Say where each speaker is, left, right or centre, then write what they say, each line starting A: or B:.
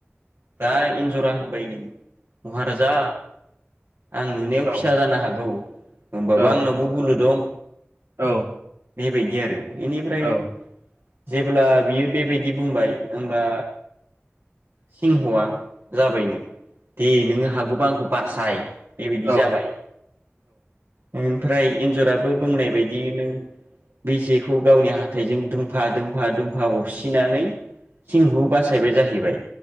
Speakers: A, on the right; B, on the right.
A: दा एन्जरा होनबायनो महाराजा आं नुनायाव
B: औ
A: फिसा जानो हागौ होमबाबो
B: औ ओम
A: आंनावबो बोलो दं।
B: औ
A: बेबायदि आरो। बेनिफ्राय
B: औ
A: जेब्ला बियो बेबायदि बुंबाय होमबा सिंहआ जाबायनो दे नोङो हागौबा आंखौ बासाय। बेबायदि
B: औ
A: जाबाय ओम ओमफ्राय एन्जराबो बुंनाय बाय दिनो बे जेखौ गावनि हाथायजों दोंफा दोंफा दोंफा अरसिनानै सिंहखौ बासायबाय जाहैबाय।